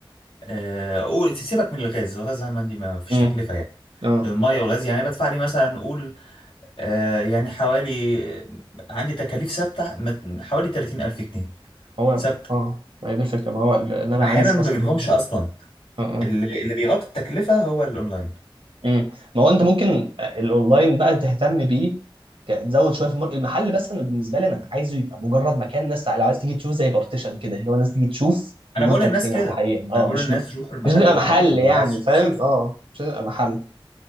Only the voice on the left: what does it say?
آه، قول سيبك من الغاز الغاز عندي ما فيش
تكلفة يعني
الميه والغاز يعني بدفع لي مثلا قول آه يعني حوالي عندي تكاليف ثابتة مت- حوالي 30000 جنيه
ثابتة
أحيانا
ما
بجيبهمش أصلا
اللي اللي بيغطي التكلفة هو الأونلاين
أنا
بقول للناس
كده
أنا بقول
للناس
روحوا المحل
الأونلاين
هو
عايز يشوف
شوف